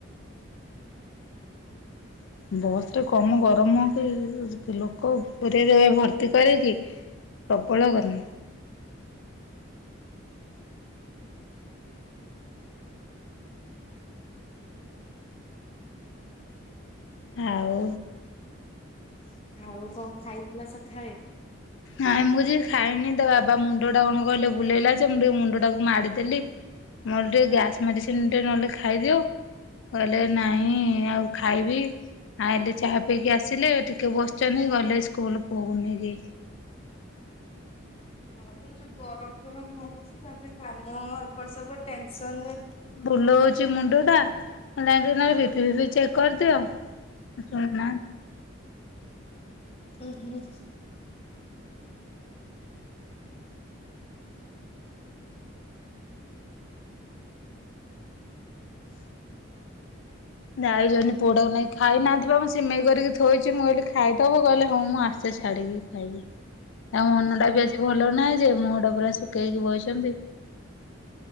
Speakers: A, on the left (about 65°); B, on the left (about 30°).
A: ବସ ରେ କମ ଗରମ କି ଲୋକ ପୁର ଦେବେ ଭର୍ତ୍ତି କରରେଇଁ କି ପ୍ରବଳ ଗନ <unintelligible> ଆଉ
B: ଆଉ କଣ ଖାଇଥିଲ ସଖାଳେ?
A: ନାଇଁ ମୁଁ କିଛି ଖାଇନି ତ ବାବା ମୁଣ୍ଡ ଟା କଣ କହିଲେ ବୁଲେଇଲା ଯେ ମୁଁ ଟିକେ ମୁଣ୍ଡ ଟାକୁ ମାଡିଦେଲି ମୁଁ କହିଲି ଟିକେ ଗ୍ୟାସ୍ ମେଡିସିନ ଟିକେ ନହେଲେ ଖାଇଦିଅ। କହିଲେ ନାଇଁ ଆଉ ଖାଇବି ଆ ହେଲେ ଚାହା ପଇକି ଆସିଲେ ଟିକେ ବସିଛନ୍ତି ଗଲେ ସ୍କୁଲ ପଅକୁ ନେଇକି।
B: ହଁ ଏଇ ଯୋଉ ଗରମ ଫରମ ହଉଛି ତାପରେ କାମ ଏପଟ ସେପଟ ଟେନସନରେ
A: ବୁଲୋଉଚି ମୁଣ୍ଡଟା ନହେଲେ ଜାଇ ବିପି ଫିପି ଚେକ୍ କରିଦିଅ। ସୋଇ ନା
B: ହଁ ହୁଁ
A: ଯାଇଛନ୍ତି ପୁଆଟାକୁ ନେଇକି ଖାଇ ନାହାଥିବା ମୁଁ ସିମେଇ କରିକି ଥୋଉଚି ମୁଁ କହିଲି ଖାଇଦବ କହିଲେ ହଁ ମୁଁ ଆସ ସେ ଛାଡ଼ିକି ଖାଇବି। ଆଉ ମନ ଟା ବି ଆଜି ଭଲ ନାହିଁ ଯେ ମୁହଁ ଟା ପୁରା ଶୁଖେଇକି ବଇଛନ୍ତି।